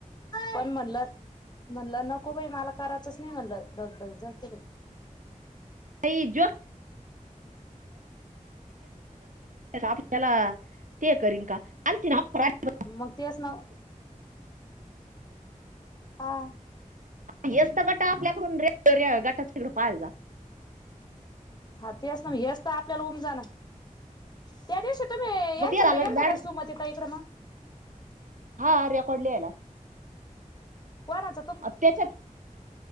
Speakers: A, on the left (about 30°); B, on the right (about 70°).
A: पण म्हणलं म्हणलं, नको बाई मला करायचंच नाही म्हणलं दगदग जा तिकडं
B: <unintelligible> हप्ताला ते करीनं का आणखीन हप <inaudible>
A: मग तेच ना हा
B: येच तर गट गटाकरून आपल्याकडून रे गटाच तिकडे पाहाय जा.
A: हा तेच ना म हेच तर आपल्याला ऊमजना. त्या दिवशी तुम्ही यांच्याकडे
B: मग ते झालं
A: गेलता
B: ना मॅडम
A: काय सुमतीताई कड.
B: हा रेकॉर्ड लिहाला.
A: कोणाचं?
B: त्याच्यात